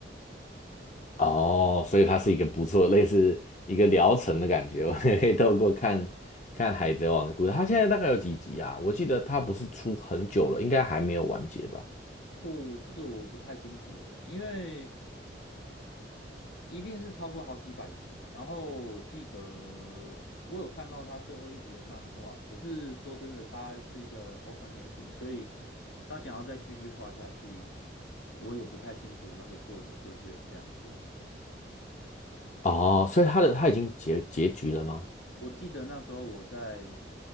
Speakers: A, on the left (about 40°); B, on the left (about 85°).
A: 哦，所以它是一个不错，类似一个疗程的感觉。<laughs> 我们可以透过看看《海贼王》的故事。它现在大概有几集啊？我记得它不是出很久了，应该还没有完结吧？
B: 哦，这个我不太清楚诶，因为一定是超过好几百集。然后我记得我有看到他最后一集的漫画，可是说真的，他是一个 open ending，所以他想要再继续画下去，我也不太清楚那个作者是不是有这样做。
A: 哦，所以它的它已经结结局了吗？
B: 我记得那时候我在